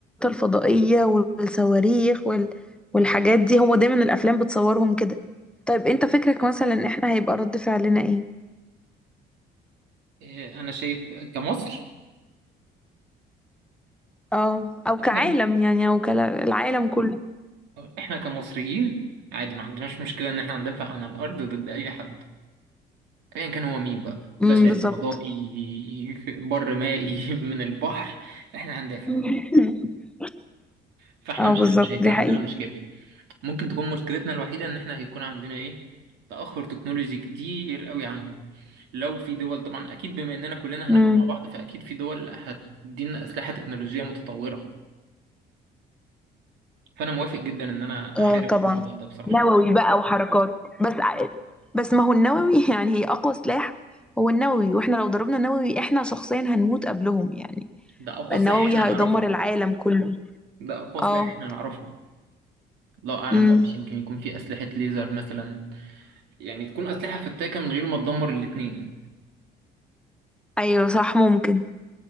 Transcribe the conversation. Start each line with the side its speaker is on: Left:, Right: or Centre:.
Centre: الفضائية والصواريخ وال... والحاجات دي هما دايما الأفلام بتصورهم كده طيب
Right: بالظبط
Centre: انت فكرك مثلا احنا هيبقى رد فعلنا ايه؟
Right: إيه، انا شايف كمصر
Centre: اه او
Right: احنا
Centre: كعالم يعني او كالعالم كله
Right: احنا كمصريين عادي ما عندناش مشكله ان احنا ندافع عن الارض ضد اي حد ايا كان هو مين بقى بشري
Centre: امم بالظبط
Right: فضائي بر مائي <laughs> من البحر احنا هندافع
Centre: <laughs>
Right: فاحنا
Centre: اه
Right: مش
Centre: بالظبط
Right: مش هيكون
Centre: دي
Right: عندنا
Centre: حقيقة
Right: مشكله ممكن تكون مشكلتنا الوحيدة إن إحنا هيكون عندنا إيه تأخر تكنولوجي كتير قوي عنهم لو في دول طبعا أكيد بما إننا كلنا هنبقى
Centre: امم
Right: مع بعض فأكيد في دول هتدينا أسلحة تكنولوجية متطورة فأنا موافق جدا إن أنا
Centre: اه
Right: أحارب
Centre: طبعا
Right: في الموضوع ده بصراحة
Centre: نووي بقى وحركات بس ع- بس ما هو النووي <laughs> يعني هي أقوى سلاح هو النووي واحنا لو ضربنا نووي احنا شخصيا هنموت قبلهم يعني
Right: ده أقوى
Centre: النووي
Right: سلاح إحنا نعرفه
Centre: هيدمر العالم كله
Right: ده أقوى سلاح
Centre: اه
Right: إحنا نعرفه الله أعلم
Centre: امم
Right: بقى مش يمكن يكون في أسلحة ليزر مثلا يعني تكون أسلحة فتاكة من غير ما تدمر الاتنين
Centre: ايوه صح ممكن